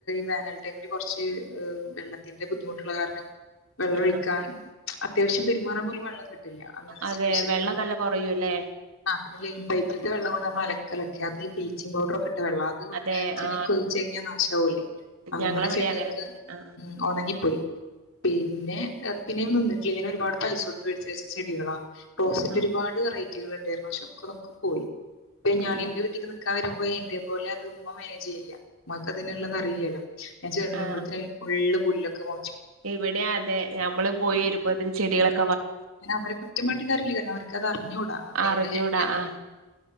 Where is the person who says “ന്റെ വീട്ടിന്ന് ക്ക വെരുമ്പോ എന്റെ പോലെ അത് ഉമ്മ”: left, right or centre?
Left